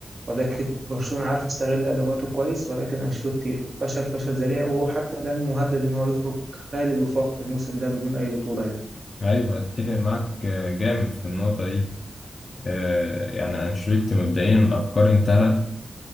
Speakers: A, on the right (about 55°); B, on the left (about 55°).
A: ولكن برشلونة عارف يستغل أدواته كويس ولكن أنشيلوتي فشل فشل ذريع وهو حتى الآن مهدد إن هو يخرج خالي الوفاق الموسم ده بدون أي بطولة يعني.
B: ايوه اتفق معاك آه، جامد في النقطة دي آه، يعني انشيلوتي مبدئيا الافكار انتهت